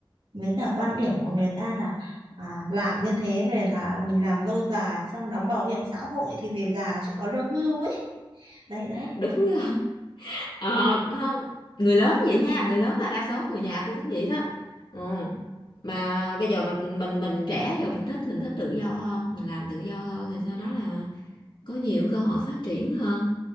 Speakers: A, on the right; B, on the left.
A: với cả quan điểm của
B: Ừ,
A: người ta là à, làm như thế rồi là mình làm lâu dài xong đóng bảo hiểm xã hội thì về già chỉ có lương hưu ấy đấy đấy
B: Đúng rồi, Ờ, không người lớn vậy nha người lớn là đa số người nhà tôi cũng vậy đó ừ. mà bây giờ mà mình mình trẻ giờ mình thích mình thích tự do hơn mình làm tự do hơn rồi sau đó là có nhiều cơ hội phát triển hơn